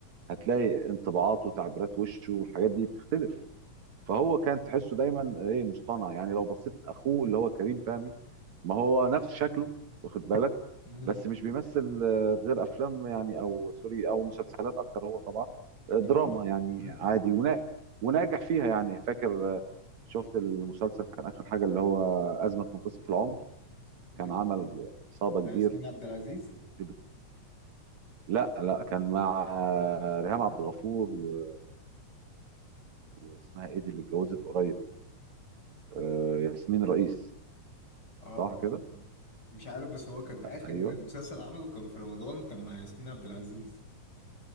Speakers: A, on the right; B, on the left.
A: هتلاقي انطباعاته وتعبيرات وشه والحاجات دي بتختلف فهو كان تحسه دايما ايه مصطنع يعني لو بصيت لاخوه اللي هو كريم فهمي ما هو نفس شكله واخد بالك
B: مم.
A: بس مش بيمثل آه، غير افلام يعني او سوري او مسلسلات اكتر هو طبعا آه،
B: دراما
A: دراما يعني
B: مم.
A: عادي ونا وناجح فيها يعني فاكر آه، شفت المسلسل كان اخر حاجه اللي هو ازمه منتصف العمر كان
B: بت-
A: عمل صدى
B: آه، ياسمين
A: كبير
B: عبد العزيز
A: وكده لا لا كان مع آه، ريهام عبد الغفور و... واسمها ايه دي اللي اتجوزت قريب آه، ياسمين رئيس
B: اه
A: صح كده
B: مش عارف بس هو كان آخر
A: ايوه
B: مسلسل عمله كان في رمضان كان مع ياسمين عبد العزيز